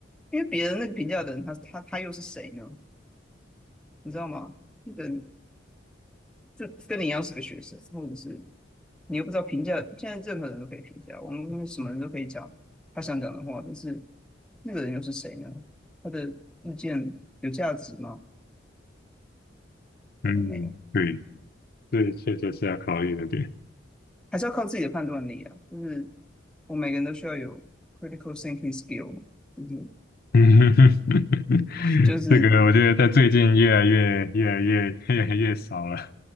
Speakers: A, in the centre; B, on the left.
A: 因为别人那个评价的人，他他他又是谁呢？你知道吗？那个人就跟你一样是个学生，或者是你又不知道评价。现在任何人都可以评价，我们什么人都可以讲他想讲的话，但是那个人又是谁呢？他的意见有价值吗？
B: 嗯，
A: 可能没有，
B: 对，这确实是要考虑的点。
A: 还是要靠自己的判断力啊。就是我每个人都需要有 critical thinking skill，嗯，
B: 嗯，<laughs>
A: 就是
B: 这个我觉得在最近越来越、越来越、<laughs> 越来越少了。